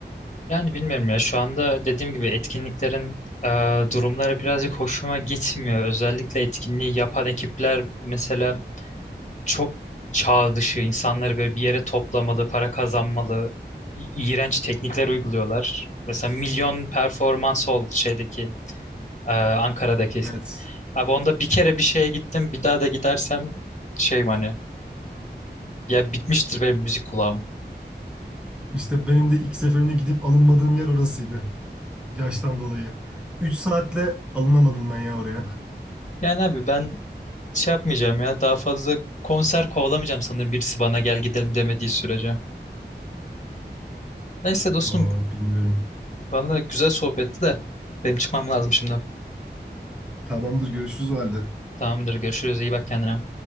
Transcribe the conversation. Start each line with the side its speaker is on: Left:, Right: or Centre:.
Left: yani bilmiyorum ya şu anda dediğim gibi etkinliklerin e, durumları birazcık hoşuma gitmiyor. Özellikle etkinliği yapan ekipler mesela çok çağ dışı insanları böyle bir yere toplamalı, para kazanmalı, i- iğrenç teknikler uyguluyorlar. Mesela Milyon Performans Hall şeydeki e, Ankara'daki.
Centre: Evet.
Left: Abi onda bir kere bir şeye gittim. Bir daha da gidersem şey hani ya bitmiştir benim müzik kulağım.
Centre: İşte benim de ilk seferimde gidip alınmadığım yer orasıydı. Yaştan dolayı. 3 saatle alınamadım ben ya oraya.
Left: Yani abi ben şey yapmayacağım ya daha fazla konser kovalamayacağım sanırım birisi bana gel gidelim demediği sürece. Neyse dostum
Centre: Aa, bilmiyorum.
Left: vallahi güzel sohbetti de benim çıkmam lazım şimdi.
Centre: Tamamdır görüşürüz o halde.
Left: Tamamdır görüşürüz iyi bak kendine.